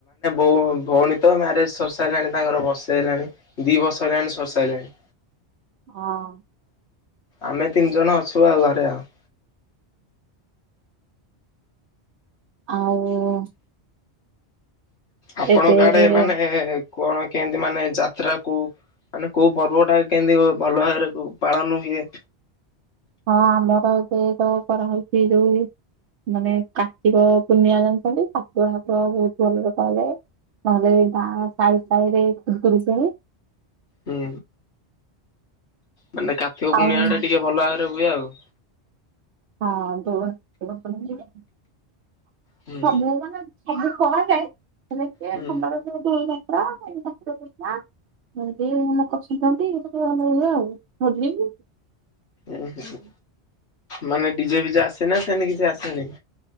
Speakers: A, on the left; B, on the right.
A: ଉ ଭଉଣୀ ତ ମ୍ୟାରେଜ ସରି ହେଲାଣି ତାଙ୍କର ସରି ହେଲାଣି ଦି ବର୍ଷ ହେଲାଣି ସରି ସାଇଲାଣି।
B: ହଁ
A: ଆମେ ତିନି ଜଣ ଅଛୁ ଆଉ ଘରେ ଆଉ
B: ଆଉ
A: ଆପଣଙ୍କ
B: ଏବେ
A: ଆଡେ ମାନେ କଣ କେମିତି ମାନେ ଯାତ୍ରାକୁ ମାନେ କୋଉ ପର୍ବ ଟା କେମିତି ଭଲ ଭାବରେ ପାଳନ ହୁଏ?
B: ହଁ ଆମର ଯେ ତ କରାହଉଛି ଯଉ ମାନେ କାର୍ତ୍ତିକ ପୂର୍ଣ୍ଣିମା ଜାଣିଛନ୍ତି ତାକୁ ଆମର ବହୁତ ଭଲରେ କରାଯାଏ। <unintelligible> ନହେଲେ ବା ସାଇ ସାଇ ରେ ଖୁଦୁରୁକୁଣୀ।
A: ହୁଁ ମାନେ କାର୍ତିକ ପୁର୍ଣ୍ଣିଆ
B: ଆଉ ହଁ
A: ଟା ଟିକେ ଭଲ ଭାବରେ ହୁଏ ଆଉ
B: ହଁ ଦ <unintelligible>
A: ହୁଁ
B: କଣ ଯାଏ ସେମିତିଣ୍ଡର
A: ହୁଁ
B: ଦ ଧଇ ଠାାତର ସେଇ ଦସା <unintelligible> କସିଥାନ୍ତିେ ଭଲ ହେଇ ଆଉ ଭଲ <unintelligible>
A: ଉୁଁ ହୁଁ ମାନେ ଡିଜେ ଫିଜେ ଆସେ ନା ସେନି କିଛି ଆସେନି?